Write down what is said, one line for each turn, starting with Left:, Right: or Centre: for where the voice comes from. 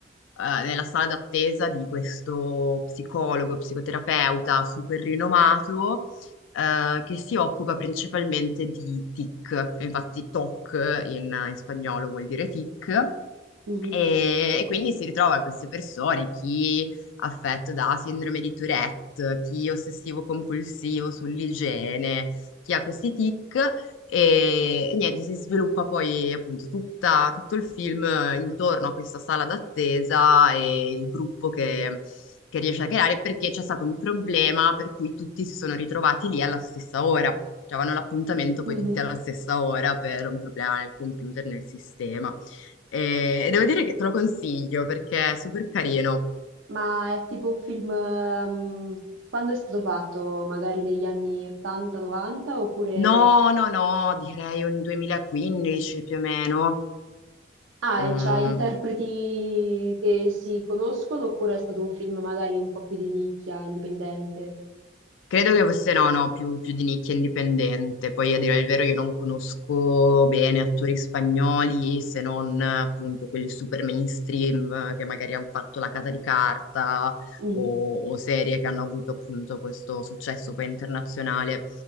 Left: eh, nella sala d'attesa di questo psicologo, psicoterapeuta super rinomato eh, che si occupa principalmente di TIC, e infatti TOC in, in spagnolo vuol dire TIC.
Right: mh-mh,
Left: E, e quindi si ritrova queste persone, chi affetto da sindrome di Tourette, chi ossessivo compulsivo sull'igiene, chi ha questi tic e, e niente, si sviluppa poi appunto tutta- tutto il film intorno a questa sala d'attesa e il gruppo che, che riesce a creare perché c'è stato un problema per cui tutti si sono ritrovati lì alla stessa ora. Cioè, avevano l'appuntamento poi
Right: mh-mh.
Left: tutti alla stessa ora per un problema nel computer, nel sistema. E, e devo dire che te lo consiglio perché è super carino.
Right: Ma è tipo un film mhmm, quando è stato fatto? Magari negli anni 80, 90 oppure
Left: No, no, no, direi un 2015 più o meno.
Right: ah,
Left: Mm.
Right: e c'ha interpreti che si conoscono, oppure è stato un film magari un po' più di nicchia, indipendente?
Left: Credo che fosse no, no, più, più di nicchia indipendente. Poi a dire il vero io non conosco bene attori spagnoli se non eh, appunto quelli super mainstream eh, che magari hanno fatto La Casa di Carta
Right: Mh-mh.
Left: o, o serie che hanno avuto appunto questo successo poi internazionale.